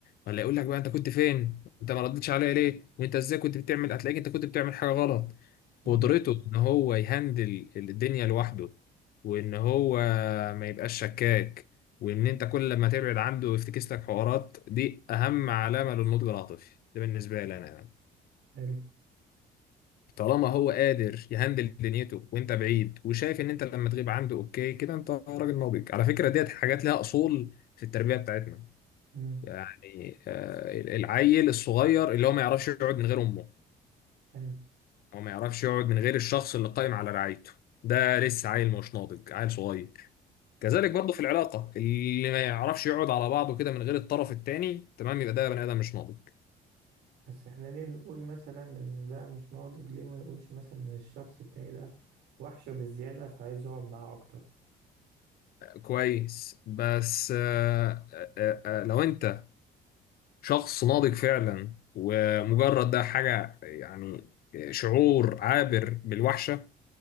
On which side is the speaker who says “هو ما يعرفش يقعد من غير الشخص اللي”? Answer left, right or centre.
Left